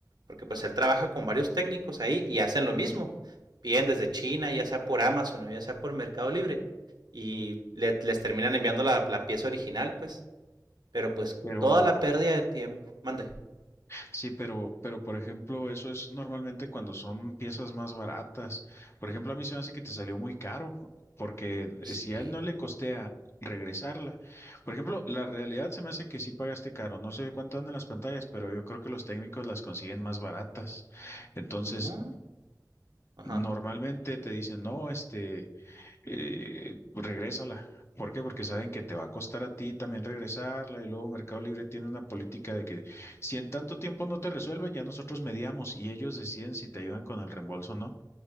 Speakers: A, on the right; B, on the left.
A: porque pues él trabaja con varios técnicos ahí y hacen lo mismo. Piden desde China, ya sea por Amazon o ya sea por Mercado Libre, y le, les terminan enviando la, la pieza original, pues. Pero pues
B: pero
A: toda la pérdida de tiempo. Mande.
B: Sí, pero, pero por ejemplo, eso es normalmente cuando son piezas más baratas. Por ejemplo, a mí se me hace que te salió muy caro, porque
A: Sí.
B: si a él no le costea regresarla. Por ejemplo, la realidad se me hace que sí pagaste caro. No sé cuánto andan las pantallas, pero yo creo que los técnicos las consiguen más baratas. Entonces,
A: No. Ajá.
B: normalmente te dicen, no, este eh, regrésala. ¿Por qué? Porque saben que te va a costar a ti también regresarla y luego Mercado Libre tiene una política de que si en tanto tiempo no te resuelven, ya nosotros mediamos y ellos deciden si te ayudan con el reembolso o no,